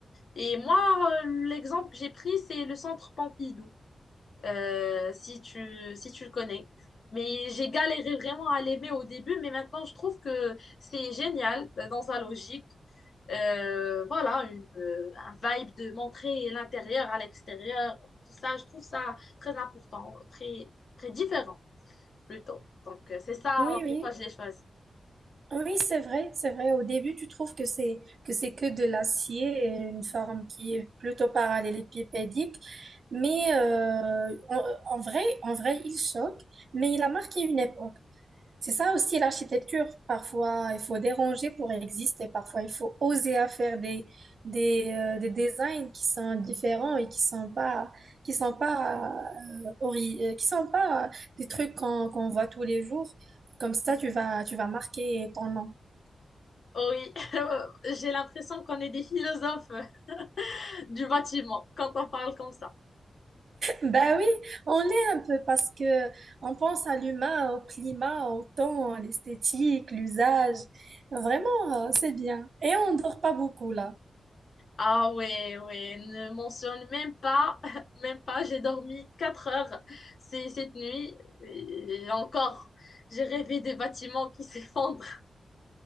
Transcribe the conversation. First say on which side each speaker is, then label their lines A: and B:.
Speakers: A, on the left (about 55°); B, on the right (about 55°).
A: Et moi, euh, l'exemple que j'ai pris, c'est le centre Pompidou, euh, si tu, si tu le connais. Mais j'ai galéré vraiment à l'aimer au début, mais maintenant, je trouve que c'est génial euh, dans sa logique. Euh, voilà, une, euh, un vibe de montrer l'intérieur à l'extérieur, tout ça, je trouve ça très important, très, très différent plutôt. Donc, euh, c'est ça
B: Oui, oui.
A: pourquoi je l'ai choisi.
B: Oui, c'est vrai, c'est vrai. Au début, tu trouves que c'est que c'est que de l'acier, et une forme qui est plutôt parallélépipédique, mais euh, en, en vrai, en vrai, il choque, mais il a marqué une époque. C'est ça aussi l'architecture. Parfois, il faut déranger pour exister. Parfois, il faut oser à faire des, des, euh, des designs qui sont différents et qui sont pas, qui sont pas, euh, ori- euh, qui sont pas euh, des trucs qu'on qu'on voit tous les jours. Comme ça, tu vas, tu vas marquer ton nom. <laughs>
A: Oh oui, <laughs> j'ai l'impression qu'on est des philosophes <laughs> du bâtiment quand on parle comme ça.
B: Ben oui, on est un peu parce que on pense à l'humain, au climat, au temps, à l'esthétique, l'usage. Vraiment, euh, c'est bien. Et on dort pas beaucoup là.
A: Ah ouais, ouais, ne mentionne même pas, <laughs> même pas, j'ai dormi 4 heures c'est- cette nuit et encore, j'ai rêvé des bâtiments qui s'effondrent.